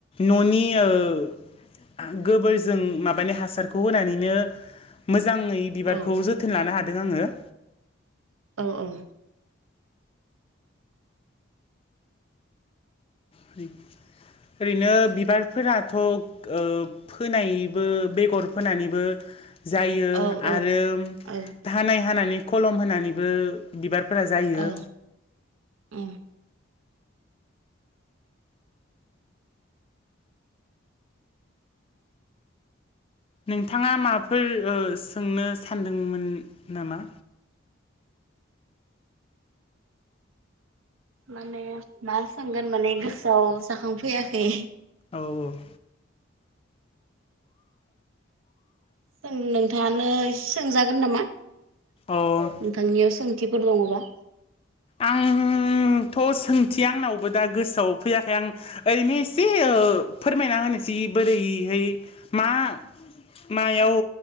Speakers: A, on the left; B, on the right.
A: न'नि ओ गोबोरजों माबानि हासारखौ होनानैनो मो मोजाङै बिबारखौ
B: औ
A: जोथोन लानो हादों आङो।
B: औ औ
A: म <unintelligible> ओरैनो बिबारफोराथ' ओ फोनायबो बेगर फोनानैबो। जायो
B: औ
A: आरो
B: औ औ
A: दानाय हानानै खलम होनानैबो बिबार। फोरा जायो।
B: औ उम
A: नोंथाङा माबाफोर ओ सोंनो सानदोंमोन नामा?
B: माने मा सोंगोन माने गोसोआव जाखांफैयाखै।
A: औ -औ-।
B: ओं नोंथाङानो एसे सोंजागोन नामा नोंथांनियाव
A: औ
B: सोंथि फोर दङबा।
A: आं थ' सोंथि आंनावबो दा गोसोआव फैयाखै आं ओरैनो एसे ओ फोरमायना होनो जि बोरैहै मा मायाव